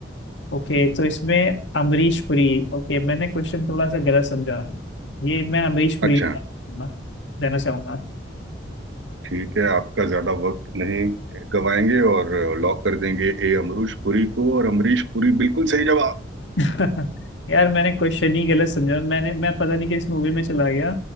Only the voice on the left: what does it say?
ओके तो इसमें अमरीश पुरी ओके मैंने क्वेश्चन थोड़ा सा गलत समझा ये मैं अमरीश पुरी
का देना चाहूंगा
<laughs> यार मैंने क्वेश्चन ही गलत समझा मैंने मैं पता नहीं कि इस मूवी में चला गया